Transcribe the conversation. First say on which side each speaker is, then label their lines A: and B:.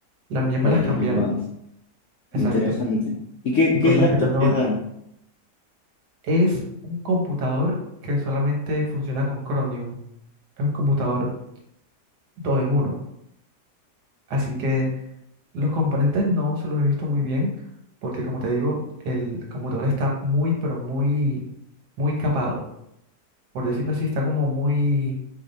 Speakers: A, on the right; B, on the left.
A: Las mías
B: para
A: me las
B: las
A: cambiaron,
B: llamadas.
A: exacto.
B: Interesante. ¿Y qué,
A: Y
B: qué
A: pues
B: laptop
A: las que tengo ahora
B: les dan?
A: es un computador que solamente funciona con Chromium. Es un computador todo en uno. Así que los componentes no se los he visto muy bien porque como te digo, el computador está muy, pero muy, muy capado. Por decirlo así, está como muy